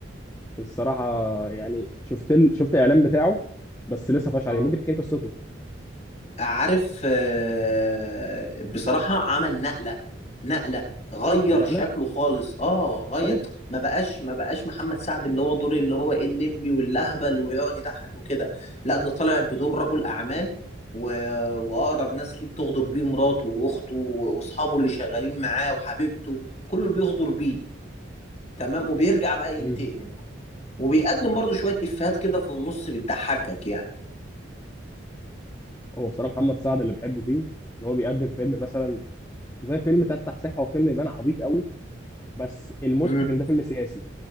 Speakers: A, on the left; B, on the left.
A: الصراحه يعني شفت ال... شفت الاعلان بتاعه بس لسه فاش عليه
B: اه
A: ممكن تحكي لي قصته
B: عارف آه، بصراحة عمل نقلة نقلة غير
A: نقله
B: شكله خالص اه غير
A: حلو
B: ما بقاش ما بقاش محمد سعد اللي هو دور اللي هو ايه الليمبي والاهبل ويقعد يضحك وكده لا ده طالع بدور رجل اعمال و... واقرب ناس ليه بتغدر بيه مراته واخته واصحابه اللي شغالين معاه وحبيبته كله بيغدر بيه تمام وبيرجع بقى
A: مم.
B: ينتقم وبيقدم برضه شوية إفيهات كده في النص بتضحكك يعني
A: هو بصراحه محمد سعد اللي بحبه فيه ان هو بيقدم فيلم مثلا زي فيلم تفتح صحه هو فيلم يبان عبيط قوي بس المضحك
B: امم
A: ان ده فيلم سياسي